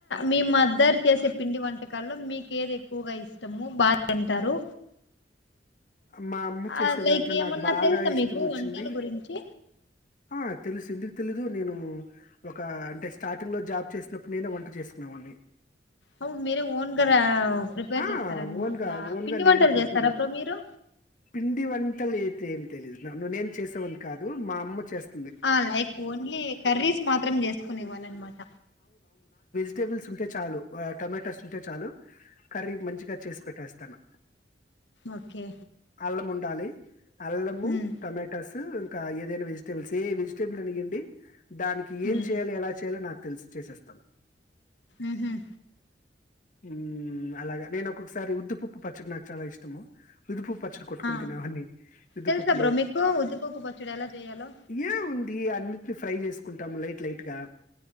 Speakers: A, on the left; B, on the left.
A: మీ మద్దర్ చేసే పిండి వంటకాల్లో మీక ఏది ఎక్కువగా ఇష్టము బాగా తింటారు
B: మా అమ్మ చేసే
A: ఆ, లైక్
B: దాంట్లో
A: ఏమన్నా
B: నాకు బాగా
A: తెలుసా
B: ఇష్టం
A: మీకు
B: వచ్చింది
A: వంటల గురించి
B: హ తెలుసు ఎందుకుతెలిదు నేను ఒక అంటే స్టార్టింగ్ లో జాబ్ చేసినప్పుడు నేనే వంట చేసుకునేవాని
A: అవు మీరే ఓన్గారు ప్రిపేర్
B: ఆ!
A: చేస్తార అన్నమాట
B: ఓన్‌గా, ఓన్‌గా
A: పిండి
B: నేనే
A: వంటలు
B: కుకింగ్.
A: చేస్తారు బ్రో మీరు
B: పిండి వంటలు అయితే ఏం తెలిదు ను నేను చేసేవని కాదు మా అమ్మ చేస్తా
A: ఆ లైక్ ఓన్లీ కర్రీస్ మాత్రం చేసుకుని వారనిమాట
B: విజిటేబుల్స్ ఉంటే చాలు టొమాటోస్ ఉంటే చాలు కర్రీ మంచిగా చేసి పెట్టేస్తాను
A: ఓకే
B: అలం ఉండాలి అల్లము
A: ఉమ్,
B: టమాటోసు ఏదైనా వెజిటేబుల్స్ ఏ వెజిటేబుల్ అనిగండి దానికి
A: ఉమ్,
B: ఏం చెయాలి ఎలా చేయాలి నాకు తెలిసు చేసేస్తా
A: ఉహ్మ్
B: ఉమ్ అలాగ నేను ఒక్కొక్కసారి ఉద్దుపప్పు పచ్చడి నాకు చాలా ఇష్టము ఉదుపప్పు పచ్చడి కొట్టుకుని
A: ఆ,
B: తినేవాని ముద్దుపప్పులో
A: తెలుసా బ్రో మీకు ఉద్దిపప్పు పచ్చడి ఎలా చేయాలో
B: ఏ ఉంది అన్నింటిని ఫ్రై చేసుకుంటాము లైట్ లైట్ గా